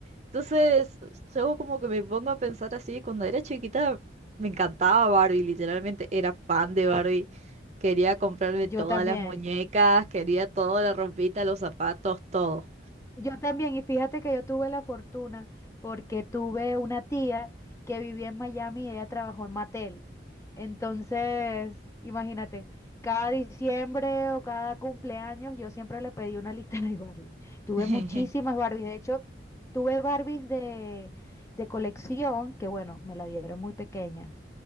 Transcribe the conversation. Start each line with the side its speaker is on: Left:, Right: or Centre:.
Right: Entonces, luego como que me pongo a pensar así, cuando era chiquita me encantaba Barbie, literalmente era fan de Barbie. Quería comprarme
Left: yo
Right: todas
Left: también.
Right: las muñecas, quería toda la ropita, los zapatos, todo.
Left: Yo también, y fíjate que yo tuve la fortuna porque tuve una tía que vivía en Miami y ella trabajó en Mattel. Entonces, imagínate, cada diciembre o cada cumpleaños yo siempre le pedí una lista <laughs> de Barbie. Tuve
Right: <laughs>
Left: muchísimas Barbies, de hecho, tuve Barbies de, de colección que, bueno, me la dieron muy pequeñas